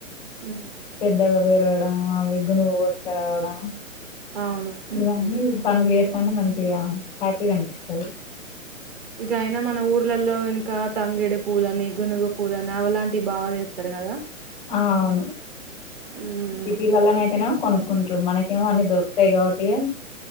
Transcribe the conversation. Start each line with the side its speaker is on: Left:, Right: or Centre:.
Centre: ఉమ్
Left: పెద్దగా వరడం ఆవిగు నువ్వు వస్త రావడం
Centre: అవును ఉమ్
Left: ఇవన్నీ పనులు చేస్తాండి మంచి హ్యాపీ కనిపిస్తుంది
Centre: ఇక అయినా మన ఊర్లలో ఇంకా తంగేడి పూలని గునుగు పూలని అవలాంటివి బాగా చేస్తారు కదా
Left: ఆ అవును
Centre: ఉమ్
Left: సిటీల్లో అయితే కొనుక్కుంట్ర మనకేమో అన్నీ దొరుకుతాయి కాబట్టిగా